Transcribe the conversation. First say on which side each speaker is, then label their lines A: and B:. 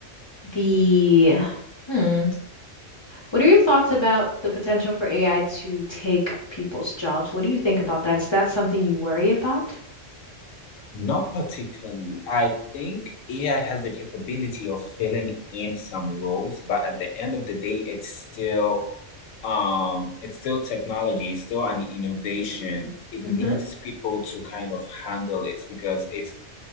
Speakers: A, on the left; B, on the left.
A: the hmm, what are your thoughts about the potential for AI to take people's jobs? What do you think about that? Is that something you worry about?
B: Not particularly. I think AI has the capability of filling in some roles, but at the end of the day, it's still um it's still technology it's still an innovation it
A: hmm
B: needs people to kind of handle it because it's